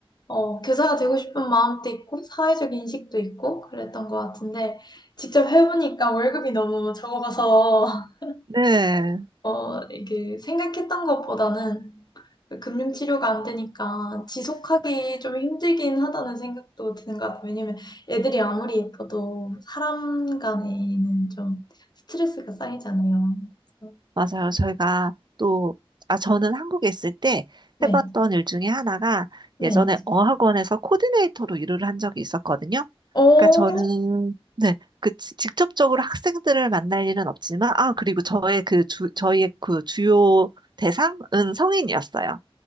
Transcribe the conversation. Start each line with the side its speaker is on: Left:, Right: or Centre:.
Left: 어, 교사가 되고 싶은 마음도 있고, 사회적 인식도 있고, 그랬던 것 같은데, 직접 해보니까 월급이 너무 적어서, <laughs>
Right: 네.
Left: 어, 이게 생각했던 것보다는 그 금융치료가 안 되니까 지속하기 좀 힘들긴 하다는 생각도 드는 것 같아요. 왜냐면 애들이 아무리 예뻐도 사람 간에는 좀 스트레스가 쌓이잖아요. 그래서
Right: 맞아요. 저희가 또, 아, 저는 한국에 있을 때
Left: 네,
Right: 해봤던 일 중에 하나가
Left: 네.
Right: 예전에 어학원에서 코디네이터로 일을 한 적이 있었거든요.
Left: 어, 어,
Right: 그러니까 저는, 네. 그, 지- 직접적으로 학생들을 만날 일은 없지만, 아, 그리고 저의 그 주, 저희의 그 주요 대상은 성인이었어요.